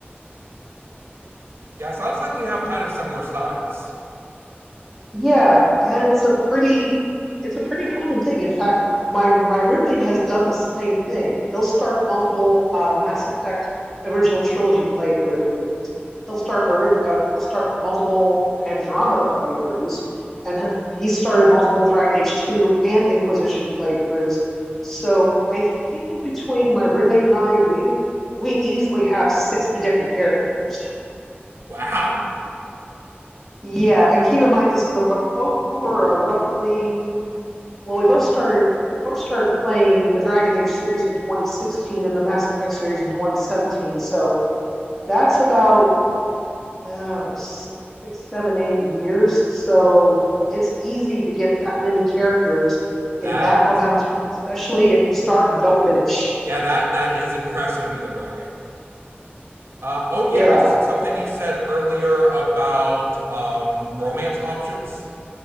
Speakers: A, on the right (about 80°); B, in the centre.
A: Yeah, sounds like we have kind of similar styles.
B: Yeah, and it's a pretty it's a pretty common thing. In fact, my my roommate has done the same thing. He'll start multiple uh, Mass Effect original trilogy playthroughs. He'll start a uh, he'll start multiple Andromeda playthroughs, and he he started multiple Dragon Age 2 and Inquisition playthroughs. So I think between my roommate and I, we've we easily have 60 different characters.
A: Wow.
B: Yeah, and keep in mind this is a, ru- over a roughly well, we both started we both started playing the Dragon Age series in 2016 and the Mass Effect series in 2017. So that's about oh, six, seven, eight years. So it's easy to get that many characters
A: That,
B: in that amount of time, especially if you start and don't finish.
A: yeah, that, that is impressive either way. Uh, oh yeah,
B: Yeah,
A: something you said earlier about um, romance options.